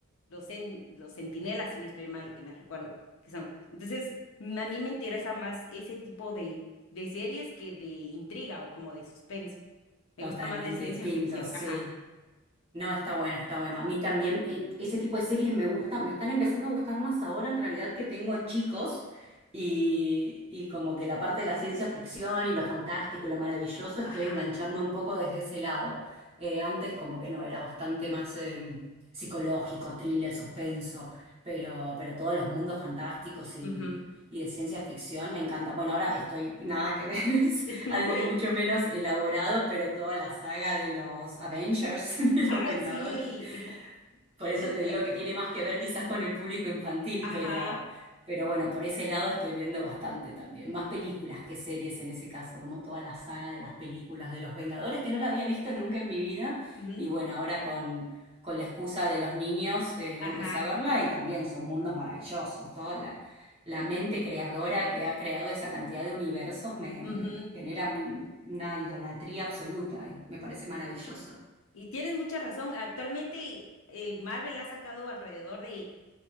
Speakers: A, on the left; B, on the right.
A: los, en, los centinelas, si no estoy mal, que me recuerdo que son. Entonces, m- a mí me interesa más ese tipo de, de series que de intriga o como de suspenso. Me
B: Totalmente
A: gusta más de ciencia
B: distinto,
A: ficción,
B: sí.
A: ajá,
B: No, está bueno, está bueno. A mí también eh, ese tipo de series me gustan, me están empezando a gustar más ahora en realidad que tengo chicos y, y como que la parte de la ciencia ficción y lo fantástico y lo maravilloso estoy
A: ajá.
B: enganchando un poco desde ese lado. Eh, antes como que no, era bastante más em, psicológico, thriller, suspenso, pero, pero todos los mundos fantásticos y,
A: ujú.
B: y de ciencia ficción me encantan. Bueno, ahora estoy nada que ver, <laughs>
A: <laughs>
B: algo mucho menos elaborado, pero toda la saga de los Avengers, <laughs> de los
A: Ay,
B: Vengadores,
A: sí.
B: por eso
A: La-
B: te
A: la-
B: digo que tiene más que ver quizás con el público infantil,
A: Ajá,
B: pero, pero bueno, por ese lado estoy viendo bastante también. Más películas que series en ese caso, como toda la saga de las películas de los Vengadores, que no la había visto nunca en mi vida.
A: ujú,
B: Y bueno, ahora con, con la excusa de los niños eh,
A: ajá,
B: empecé a verla y también son mundos maravillosos. Toda la, la mente creadora que ha creado esa cantidad de universos me,
A: ujú.
B: me genera un- una idolatría absoluta, eh, Me parece maravilloso.
A: Y tienes mucha razón. Actualmente eh, Marvel ha sacado alrededor de